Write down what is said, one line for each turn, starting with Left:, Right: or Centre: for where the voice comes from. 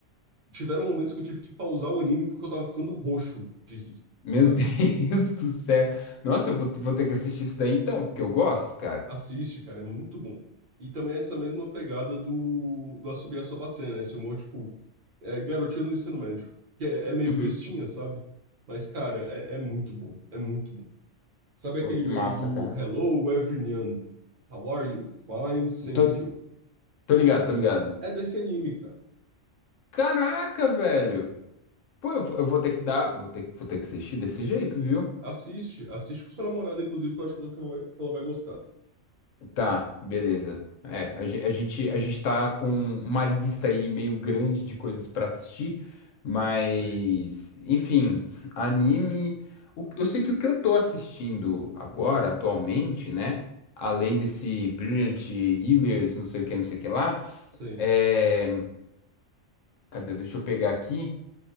Right: tiveram momentos que eu tive que pausar o anime porque eu tava ficando roxo de rir,
Left: Meu
Right: sabe?
Left: <laughs> Deus do céu. Nossa, eu vou, vou ter que assistir isso daí então, porque eu gosto, cara.
Right: Assiste, cara, é muito bom. E também é essa mesma pegada do, do Asobi Asobase, né? Esse humor, tipo, é, garotinhas no ensino médio. Que é, é meio
Left: Uhum.
Right: bestinha, sabe? Mas, cara, é, é muito bom. É muito bom. Sabe
Left: Pô,
Right: aquele
Left: que
Right: meme
Left: massa,
Right: do
Left: cara.
Right: Hello, everyone? How are you? Fine, thank
Left: Tô,
Right: you.
Left: tô ligado, tô ligado.
Right: É desse anime, cara.
Left: Caraca, velho. Pô, eu, vou eu vou ter que dar, vou ter, vou ter que assistir desse jeito, viu?
Right: Assiste. Assiste com sua namorada, inclusive, que eu acho que ela, que ela vai que ela vai gostar.
Left: Tá, beleza. É, a, gen- a gente, a gente tá com uma lista aí meio grande de coisas pra assistir, mas,
Right: Sei,
Left: enfim, anime. o- eu sei que o que eu tô assistindo agora, atualmente, né? Além desse Brilliant Healers, não sei o que, não sei o que lá,
Right: sei.
Left: é. Cadê? Deixa eu pegar aqui.